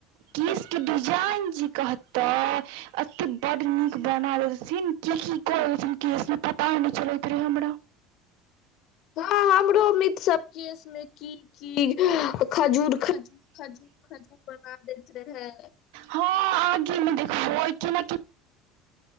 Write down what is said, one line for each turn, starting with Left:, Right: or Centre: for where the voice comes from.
Right: केश के डिजाइन जे कह तऽ एतय बड्ड नीक बनाबे सीन के की कहन केस मे पता नहि चलैत रहै हमरा।
Left: हँ हमरो मित्र सब केस में की की खजूर खजूर खजूर खजूर बना दैत रहै।
Right: हँ आगे मे देखबोइ केना की